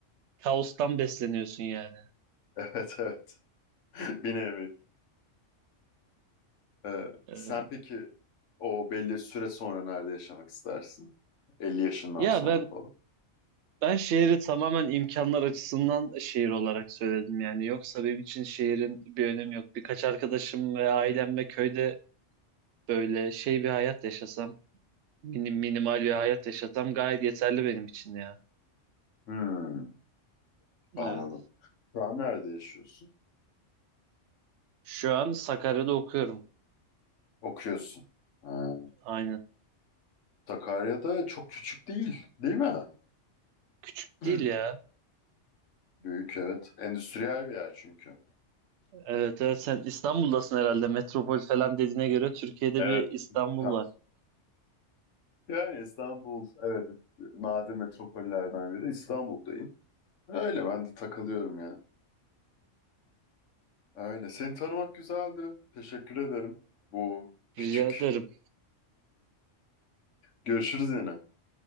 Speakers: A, on the right (about 70°); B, on the left (about 75°).
A: kaostan besleniyorsun yani.
B: Evet, evet. <laughs> Bir nevi. Ee,
A: Ee,
B: sen peki o belli süre sonra nerede yaşamak istersin? 50 yaşından
A: ya
B: sonra
A: ben
B: falan.
A: ben şehri tamamen imkanlar açısından şehir olarak söyledim yani. Yoksa benim için şehrin bir önemi yok. Birkaç arkadaşım ve ailemle köyde böyle şey bir hayat yaşasam, minim, minimal bir hayat yaşasam gayet yeterli benim için ya.
B: Hmm,
A: Evet.
B: anladım. Şu an nerede yaşıyorsun?
A: Şu an Sakarya'da okuyorum.
B: Okuyorsun. Ha.
A: Aynen.
B: Sakarya'da çok küçük değil, değil mi?
A: Küçük
B: <clears throat>
A: değil ya.
B: Büyük, evet. Endüstriyel bir yer çünkü.
A: Evet evet sen İstanbul'dasın herhalde. Metropol falan dediğine göre Türkiye'de
B: Evet.
A: bir İstanbul
B: Ha.
A: var.
B: Yani İstanbul, evet, nadir metropollerden biri. İstanbul'dayım. Öyle ben de takılıyorum ya. Öyle. Seni tanımak güzeldi. Teşekkür ederim. Bu küçük.
A: Rica ederim.
B: Görüşürüz yine.